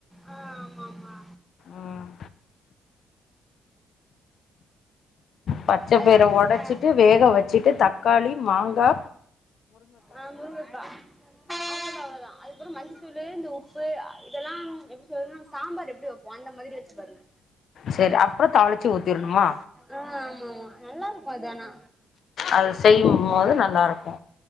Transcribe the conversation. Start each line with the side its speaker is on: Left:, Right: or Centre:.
Centre: ஆ ஆமா ஆமா
Left: ம் பச்சப்பயிர
Centre: அதனால நீங்க
Left: உடைச்சுட்டு வேக வச்சுட்டு தக்காளி மாங்கா
Centre: ஆ முருகக்கா அதுகப்றோ அவ்ளோதா அதுக்கப்றோ மஞ்ச தூள் உப் இப்ப இதெல்லாம் எப்டி சொல்றதுன்னா சாம்பார் எப்டி வப்போ அந்த மாதிரி வச்சு பாருங்க
Left: செரி அப்புறம் தாளிச்சு ஊத்திர்ணுமா
Centre: ஆ ஆமா ஆமா நல்லா இருக்கு அது அனா
Left: அது செய்யும் போது நல்லா இருக்கு